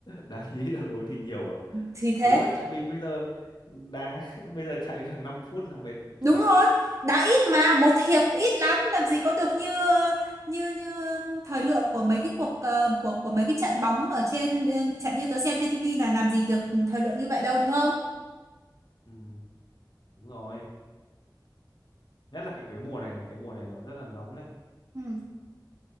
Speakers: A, on the left; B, on the right.
A: đá thì ăn uống thì nhiều à
B: thì thế
A: đúng đấy tại vì bây giờ đá <laughs> bây giờ chạy được 5 phút là mệt
B: đúng
A: thở
B: rồi đá ít mà một hiệp ít lắm làm gì có được như như như um, thời lượng của mấy cái cuộc ờ, của của mấy cái trận bóng ở trên bên- trận như tớ xem trên tivi là làm gì được thời lượng như vậy đâu đúng không
A: ừ, đúng rồi nhất là cái cái mùa này này cái mùa này nó rất là nóng này
B: ừ.